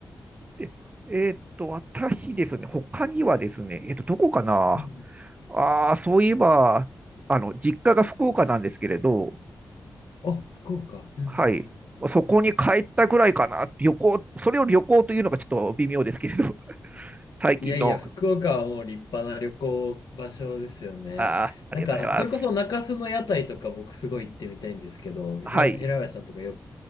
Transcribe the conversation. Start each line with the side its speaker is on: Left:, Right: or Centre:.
Right: でえーっと、私ですね、他にはですね、えーっと、どこかな
Left: うん
Right: ああ、そういえば、あの、実家が福岡なんですけれど、
Left: あ、福岡。うんうんうん
Right: はい。そこに帰ったぐらいかな。旅行、それを旅行というのがちょっと微妙ですけれど、<laughs> 最近の、
Left: いやいや、福岡はもう立派な旅行場所ですよね。
Right: ああ、ありがとうございます。
Left: なんか、それこそ中洲の屋台とか僕すごい行ってみたいんですけど、
Right: はい。
Left: ひら平林さんとかよく